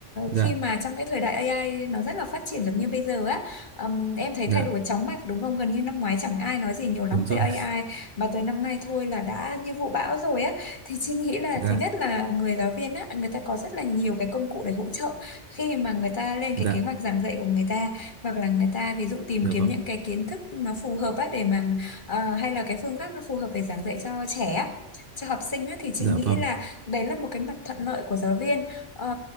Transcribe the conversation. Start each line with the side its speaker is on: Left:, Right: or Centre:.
Right: dạ,
Left: khi mà trong cái thời đại AI nó rất là phát triển giống như bây giờ á ừm, em thấy
Right: dạ,
Left: thay đổi chóng mặt đúng không gần như năm ngoái chẳng ai nói gì nhiều lắm
Right: đúng rồi.
Left: về AI
Right: <laughs>
Left: mà tới năm nay thôi là đã như vụ bão rồi á thì chị nghĩ là
Right: Dạ,
Left: thứ nhất là người giáo viên á người ta có rất là nhiều cái công cụ để hỗ trợ khi mà người ta lên
Right: dạ,
Left: cái kế hoạch giảng dạy của người ta hoặc là người ta ví dụ tìm
Right: dạ
Left: kiếm
Right: vâng,
Left: những cái kiến thức nó phù hợp á để mà ờ, hay là cái phương pháp nó phù hợp để giảng dạy cho trẻ á, cho học sinh á thì chị
Right: dạ
Left: nghĩ
Right: vâng,
Left: là đấy là một cái mặt thuận lợi của giáo viên Ờ,